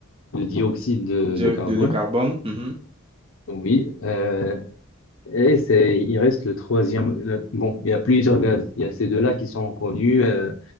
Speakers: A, on the left (about 60°); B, on the right (about 25°).
A: le dioxyde de,
B: Diode
A: de carbone.
B: de carbone. mhm.
A: Oui, euh, et c'est, il reste le troisième. le- bon, il y a plusieurs gaz. Il y a ces deux-là qui sont connus. euh,